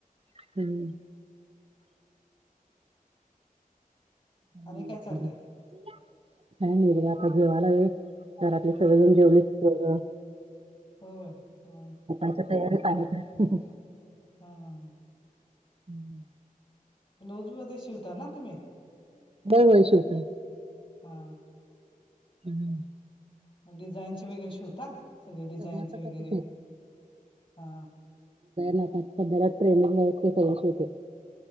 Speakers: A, on the right (about 40°); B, on the left (about 40°).
A: हम्म.
B: आणि
A: नि
B: काय चाललंय
A: बता जेवालाे घरातले
B: हा
A: सगळेजण जेवलेतोर
B: हो ह.
A: च्या तयारीत आहे का?
B: हा ह ह.
A: हम्म.
B: ब्लाऊज वध्ये शिवता ना तुम्ही?
A: होर होय शेवटो
B: हा.
A: हम्.
B: मग डिझाईनचे वगैरे शिवता सगळे डिझाईनचे
A: सगळ्या प्रकारचे
B: वगैरे हा.
A: ना बलात्रेन व्यस्थ कोश होते.